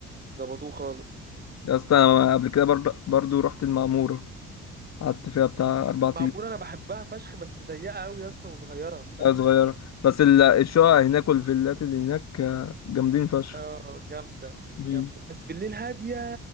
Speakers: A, on the right (about 30°); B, on the left (about 60°).
A: ظبطوه خالص
B: يا اسطى انا قبل كده برضه برضه رحت المعموره قعدت فيها بتاع اربع
A: المعموره انا بحبها فشخ بس ضيقه قوي يا اسطى وصغيره فاهم
B: آه، صغيرة بس ال- الشقق هناك والفيلات اللي هناك آه، جامدين فشخ
A: اه جامده
B: مم.
A: جامده بس بالليل هاديه